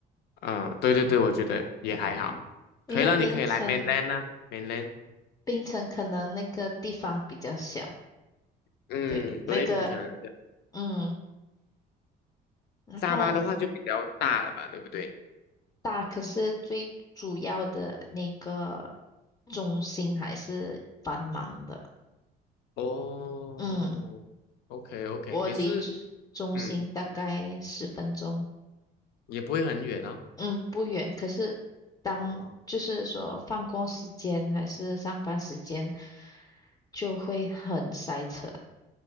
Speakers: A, on the left; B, on the left.
A: 呃，对对对，我觉得也还好。
B: 因为槟城，
A: 可以了，你可以来 mainland 啊，mainland。
B: 槟城可能那个地方比较小，
A: 嗯，
B: 对，那个，
A: 对，槟城人这样
B: 嗯，然后
A: 沙巴的话就比较大了吧，对不对？
B: 大，可是最主要的那个中心还是繁忙的。
A: 哦，OK
B: 嗯，
A: OK，
B: 我离中中心大概十分钟，
A: 你是嗯，也不会很远哦。
B: 嗯，不远。可是当就是说放工时间还是上班时间，
A: 哦
B: 就会很塞车。